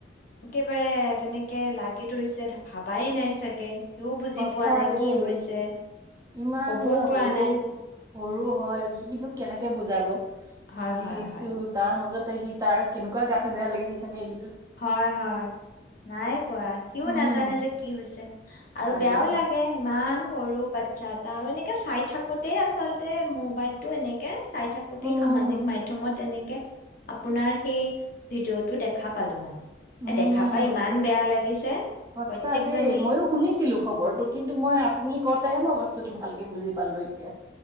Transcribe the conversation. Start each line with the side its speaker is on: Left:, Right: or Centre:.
Left: একেবাৰে তেনেকে লাগি ধৰিছে ভাবাই নাই চাগে। সিও বুজি
Right: সঁচা
Left: পোৱা নাই
Right: দেই
Left: কি হৈছে
Right: ইমান
Left: কবও
Right: মানে
Left: পৰা
Right: সৰু
Left: নাই
Right: সৰু হয় সিনো কেনেকে বুজাব।
Left: হয়
Right: সেটো
Left: হয় হয়
Right: তাৰ মাজত সি তাৰ কেনেকুৱা গাতটো বেয়া লাগিছে চাগে সি
Left: হয় হয় নাই পোৱা সিও
Right: উম
Left: নাজানে যে কি হৈছে আৰু
Right: আই
Left: বেয়াও
Right: ঐ
Left: লাগে ইমান। ইামান সৰু বাচ্ছা এটা আৰু এনেকে চাই থাকোতেই আচলতে মোবাইলটো এনেকে চাই থাকোতেই
Right: উম
Left: সামাজিক মাধ্যমত এনেক আপোনাৰ সেই ভিডিঅটো দেখা। পালো মানে।
Right: উম
Left: এ দেখা পাই ইমান বেয়া লাগিছে
Right: সঁচা
Left: প্ৰত্যেকজনী
Right: দেই, ময়ো শুনিছিলো খবৰটো কিন্তু মই আপুনি কওঁতেহে মই ভালকে বুজি পালো এতিয়া।